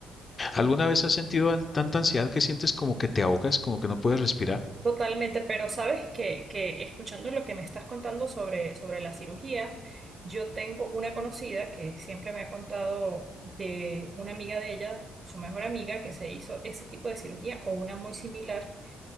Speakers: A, on the left; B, on the right.
A: ¿Alguna vez has sentido an- tanta ansiedad que sientes como que te ahogas, como que no puedes respirar?
B: Totalmente, pero sabes que, que escuchando lo que me estás contando sobre, sobre la cirugía, yo tengo una conocida que siempre me ha contado de una amiga de ella, su mejor amiga, que se hizo ese tipo de cirugía o una muy similar